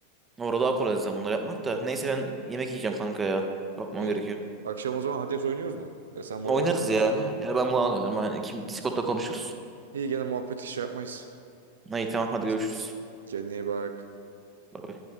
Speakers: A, on the right; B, on the right.
A: Orada daha kolay zaten bunları yapmak da. Neyse ben yemek yiyeceğim kanka ya. Kapmam
B: İyi.
A: gerekiyor.
B: Akşam o zaman Hades oynuyoruz mu? Ya sen Valorant
A: Oynarız
B: oynarsın
A: ya.
B: da.
A: Ya ben bunu anlarım. Hani kim Discord'da konuşuruz.
B: İyi gene muhabbeti şey yapmayız.
A: İyi tamam hadi
B: Kesmeyiz.
A: görüşürüz.
B: Kendine iyi bak.
A: Bay bay.